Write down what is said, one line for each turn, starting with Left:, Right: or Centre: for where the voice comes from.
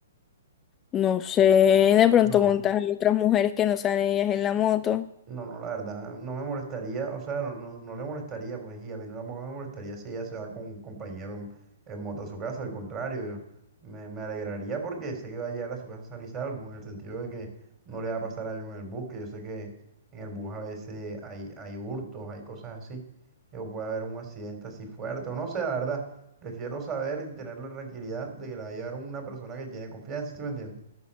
Left: No sé, de pronto
Right: No.
Left: montas a otras mujeres que no sean ellas en la moto.
Right: No, no, la verdad, no me molestaría, o sea, no, no, no le molestaría, pues, y a mí no tampoco me molestaría si ella se va con un compañero en, en moto a su casa, al contrario, yo me, me alegraría porque sé que va a llegar a su casa sano y salvo, en el sentido de que no le va a pasar algo en el bus, que yo sé que en el bus a veces hay, hay hurtos, hay cosas así, eh, o puede haber un accidente así fuerte, o no sé, la verdad, prefiero saber y tener la tranquilidad de que la va a llevar una persona que tiene confianza, ¿sí me entiendes?